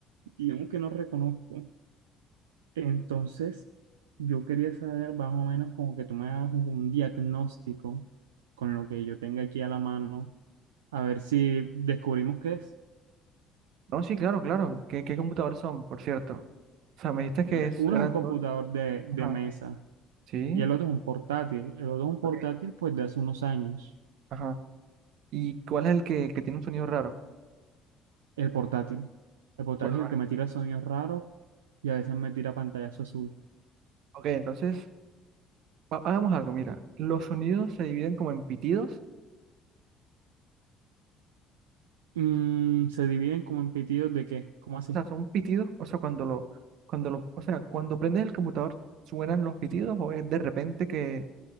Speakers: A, on the right; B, on the right.
A: digamos que no reconozco. Entonces, yo quería saber más o menos como que tú me hagas un un diagnóstico con lo que yo tenga aquí a la mano, a ver si descubrimos qué es.
B: No, sí, claro, claro. ¿Qué, qué computadores son, por cierto? O sea, me dijiste
A: Mira,
B: que es-
A: uno
B: eran
A: es un computador
B: dos.
A: de, de
B: Ajá,
A: mesa
B: sí,
A: y el otro es un portátil. El otro es un portátil
B: ok,
A: pues de hace unos años.
B: ajá. ¿Y cuál es el que, que tiene un sonido raro?
A: El portátil. El portátil
B: Bueno,
A: es el que me tira sonidos raros y a veces me tira pantallazo azul.
B: ok, entonces, ha- hagamos algo, mira. Los sonidos se dividen como en pitidos
A: Mm, se dividen como en pitidos de qué, ¿cómo así?
B: sea, son pitidos, o sea, cuando lo, cuando lo, o sea, cuando prendes el computador, ¿suenan los pitidos o es de repente que